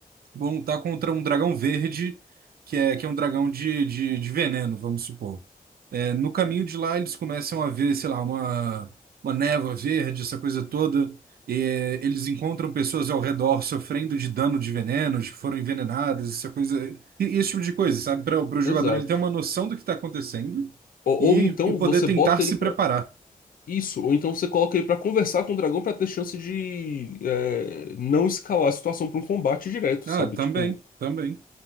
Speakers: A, on the right; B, on the left.
A: Vou lutar contra um dragão verde, que é, que é um dragão de, de, de veneno, vamos supor. É, no caminho de lá, eles começam a ver, sei lá, uma, uma névoa verde, essa coisa toda. E, é, eles encontram pessoas ao redor sofrendo de dano de venenos, que foram envenenadas, essa coisa. E, e esse tipo de coisa, sabe? Para o jogador
B: Exato.
A: ele ter uma noção do que está acontecendo
B: Ou,
A: e,
B: ou então
A: e poder
B: você
A: tentar
B: bota
A: se
B: ele pra.
A: preparar.
B: Isso, ou então você coloca ele pra conversar com o dragão pra ter chance de é, não escalar a situação pra um combate direto, sabe?
A: Ah, também,
B: Tipo,
A: também.